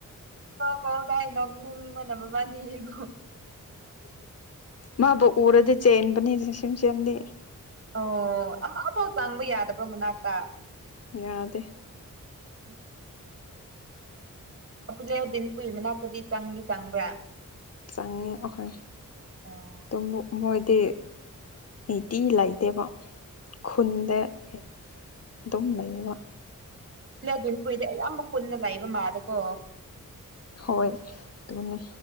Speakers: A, on the right (about 45°); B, on the left (about 50°).
A: ꯀꯣꯜ ꯄꯥꯏꯔ ꯅꯣꯛꯅꯤꯡꯕꯅ ꯃꯕꯅꯤꯕꯨ
B: ꯃꯥꯕꯨ ꯎꯔꯗꯤ ꯆꯦꯟꯕꯅꯦ ꯔꯤꯁꯤꯝ ꯁꯦꯝꯗꯤ
A: ꯑꯣ ꯑꯃꯐꯥꯎ ꯆꯪꯕ ꯌꯥꯗꯕ꯭ꯔꯣ ꯃꯅꯥꯛꯇ
B: ꯌꯥꯗꯦ
A: <inaudible> ꯑꯄꯤꯂꯤꯎꯗꯤꯟ ꯄꯨꯏ ꯃꯅꯥꯛꯇꯗꯤ ꯆꯪꯗꯤ ꯆꯪꯕ꯭ꯔꯥ
B: ꯆꯪꯉꯦ ꯑꯍꯣꯏ
A: ꯑꯣ
B: ꯇꯣ ꯃꯣꯏ ꯇꯤ ꯅꯤꯇꯤ ꯂꯩꯇꯦꯕ ꯈꯨꯟꯗ ꯑꯗꯨꯝ ꯂꯩꯌꯦꯕ
A: ꯂꯩꯗꯤꯟꯄꯨꯏꯗꯤ ꯑꯌꯥꯝꯕ ꯀꯨꯟꯗ ꯂꯩꯕ ꯃꯥꯜꯂꯦꯀꯣ
B: ꯍꯣꯏ ꯗꯨꯅꯦ